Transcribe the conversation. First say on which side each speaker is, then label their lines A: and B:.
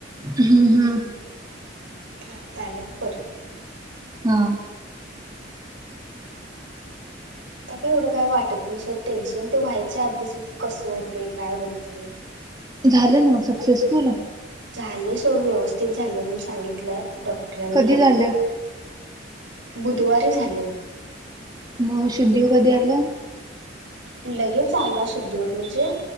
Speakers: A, on the right; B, on the right.
A: हम्म हम्म
B: आता आलेत परत,
A: हा
B: आता का एवढं काही वाटत नाही सोडं टेन्शन ते व्हायच्या आधीच कसं होते काय होते.
A: झालं ना सक्सेसफुल.
B: झाले सोड व्यवस्थित झाले म्हण सांगितल्यात डॉक्टरांनी
A: कधी झालं
B: बुधवारी झाले.
A: मग शुद्धी वर कधी आलंय.
B: लगेच आला सुुद्धीवर म्हणजे